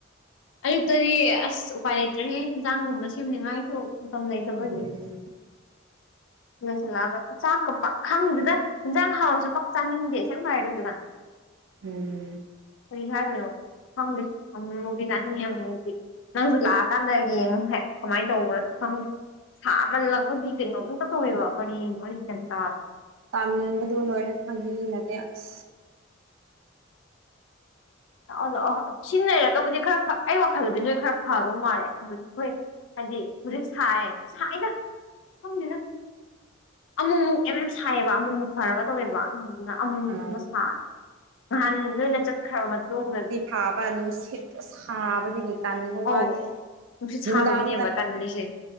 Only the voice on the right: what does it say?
ꯎꯝ
ꯎꯝ
ꯇꯥꯟꯕꯗ ꯂꯣꯏꯔꯦ ꯐꯒꯤ ꯅꯠꯇꯦ ꯑꯁ
ꯑ
ꯍꯥꯕ ꯅꯨꯡꯁꯤꯠ ꯁꯥꯕꯗꯒꯤ ꯇꯥꯟꯕ ꯋꯥꯅꯤ
ꯅꯨꯡꯗꯥꯡꯗ